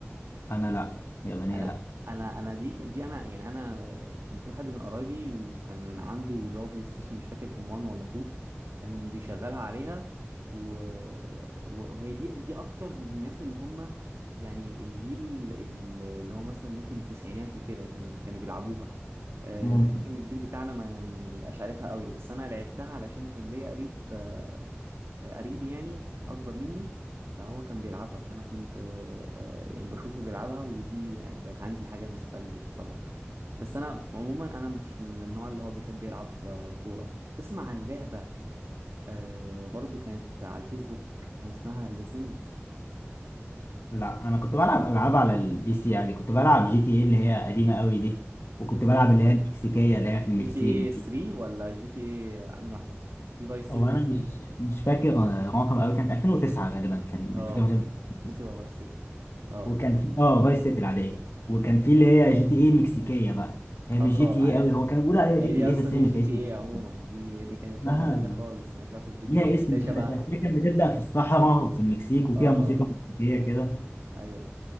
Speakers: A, on the left (about 65°); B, on the right (about 65°).
A: انا لا يابانية
B: انا
A: لا
B: انا انا دي دي انا يعني انا كان في حد من قرايبي وكان عنده اللي هو بلاي ستيشن مش فاكر كان 1 ولا 2 كان بيشغلها عليها و... و- وهي دي دي اكتر للناس اللي هم يعني الجيل ال- اللي هو مثلا ممكن التسعينات وكده كان كانوا بيلعبوها آه،
A: ممكن
B: ممكن الجيل بتاعنا ما ما بيبقاش عارفها قوي بس انا لعبتها علشان كان ليا قريب آه، آه، قريبي يعني اكبر مني فهو كان بيلعبها فانا كنت آه، آه، يعني بشوفه بيلعبها ودي يعني بقت عندي حاجه نوستالجيك برضه بس انا عموما انا مش من النوع اللي هو بيحب يلعب آه، كوره تسمع عن لعبه آه، برضه كانت على الفيسبوك كان اسمها ذا سيمز
A: لا انا كنت بلعب العاب على البي سي يعني كنت بلعب جي تي ايه اللي هي قديمة قوي دي وكنت بلعب اللي هي المكسيكية اللي هي في
B: جي
A: المكسيك
B: تي اي 3
A: دي
B: ولا جي تي اي انهي واحده في فايس
A: هو
B: سيتي
A: انا
B: و3
A: مش مش فاكر رقم قوي كانت 2009 غالبا كان الفيديو
B: اه
A: مثلا 2009
B: ممكن يبقى فايس سيتي اه
A: وكان في اه فايس سيتي العادية وكان
B: امم
A: في اللي هي جي تي ايه المكسيكية بقى هي
B: اه
A: مش جي تي
B: عارف
A: ايه قوي هو كانوا بيقولوا عليها
B: هي
A: جي تي
B: دي
A: ايه
B: اصلا
A: بس
B: مش
A: هي ما
B: جي
A: كانتش
B: تي
A: GTA.
B: ايه عموما دي دي كانت
A: اسمها
B: لعبة تانية خالص مالهاش علاقة بجي
A: ليها
B: تي ايه بس
A: اسم
B: هي شبهها
A: كده كانت هي كانت بتبدأ في الصحراء وفي المكسيك وفيها
B: اه
A: موسيقى مكسيكية كده
B: ايوه